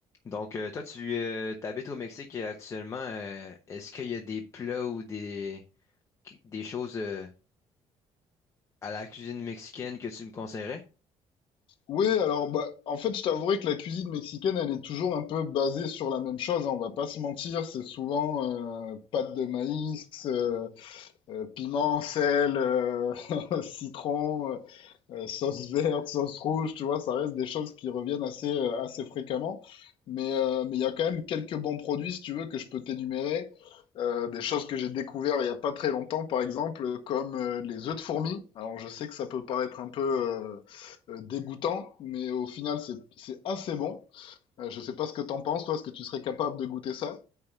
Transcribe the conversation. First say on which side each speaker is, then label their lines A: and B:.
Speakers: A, on the left (about 25°); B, on the left (about 50°).
A: Donc, euh, toi, tu euh, t'habites au Mexique euh, actuellement. euh, est-ce qu'il y a des plats ou des, qui- des choses euh, à la cuisine mexicaine que tu me conseillerais?
B: Oui, alors bah, en fait, je t'avouerai que la cuisine mexicaine, elle est toujours un peu basée sur la même chose, hein, on va pas se mentir, c'est souvent euh, pâte de maïs, euh, euh, piment, sel, euh, <laughs> citron, euh, sauce verte, sauce rouge, tu vois, ça reste des choses qui reviennent assez, euh, assez fréquemment. Mais euh, mais il y a quand même quelques bons produits, si tu veux, que je peux t'énumérer. Euh, des choses que j'ai découvert il y a pas très longtemps, par exemple, comme euh, les œufs de fourmi. Alors, je sais que ça peut paraître un peu euh, euh, dégoûtant, mais au final, c'est, c'est assez bon. Euh, je sais pas ce que t'en penses, toi, est-ce que tu serais capable de goûter ça?